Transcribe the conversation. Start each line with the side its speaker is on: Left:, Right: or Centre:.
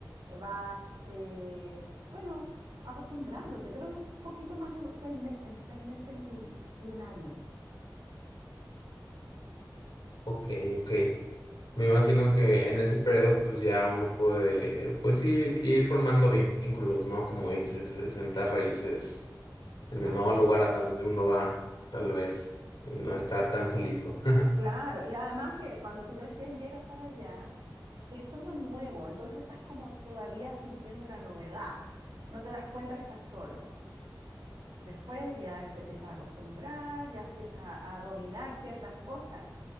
Right: vas, eh, bueno, acostumbrándote, pero es poquito más de un- seis meses, entre seis meses y, y un año.
Left: Ok, ok. Me imagino que en ese periodo pues ya uno puede, pues ir, ir formando vínculos, ¿no? Como dices, eh, sentar raíces en
Right: Claro.
Left: el nuevo lugar a donde uno va, tal vez, y no estar tan solito. <laughs>
Right: Claro, y además que cuando tú recién llegas para allá, es todo nuevo, entonces estás como todavía sintiendo la novedad, no te das cuenta que estás solo. Después ya te empiezas a acostumbrar, ya empiezas a, a dominar ciertas cosas